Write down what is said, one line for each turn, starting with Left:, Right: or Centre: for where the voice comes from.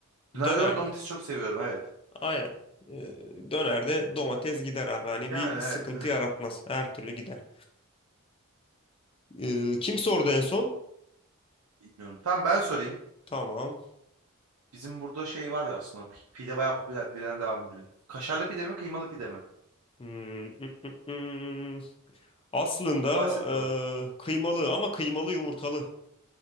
Right: Dönerde
Left: dönerde
Right: ben domatesi çok seviyorum evet.
Left: aynen Eee dönerde domates gider abi hani
Right: Yani
Left: bir
Right: evet.
Left: sıkıntı yaratmaz her türlü gider. Eee, kim sordu en son?
Right: <laughs> Bilmiyorum. Tamam ben sorayım.
Left: Tamam.
Right: Bizim burada şey var ya aslında. pi- Pide bayağı popüler. Pideden devam edelim. Kaşarlı pide mi, kıymalı pide mi?
Left: Hmm, ı, ı, ı. Aslında
Right: Bu Basit
Left: eee,
Right: bu.
Left: kıymalı ama kıymalı yumurtalı